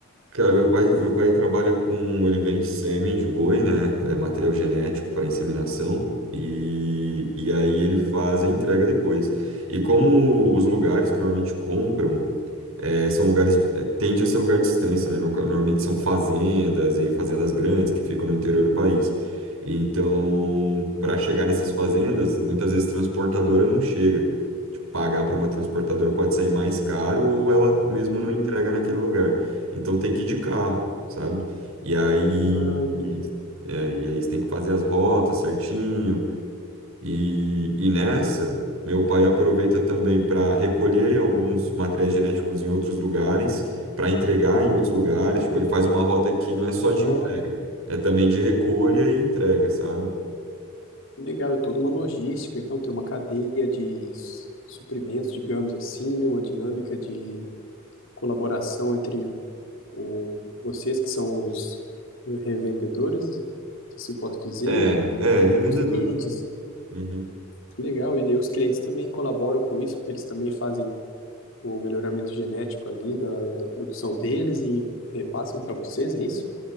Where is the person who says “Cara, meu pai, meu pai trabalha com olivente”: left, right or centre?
Right